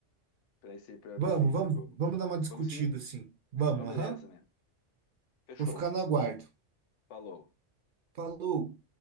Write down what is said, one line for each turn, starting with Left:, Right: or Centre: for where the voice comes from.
Left: Para esse, para
Right: Vamos,
Left: esse livro-jogo.
Right: vamos, vamos dar uma discutida
Left: Vamos sim?
Right: assim. Vamos,
Left: Então, beleza,
Right: aham.
Left: mano. Fechou.
Right: Vou ficar no aguardo.
Left: Falou.
Right: Falou.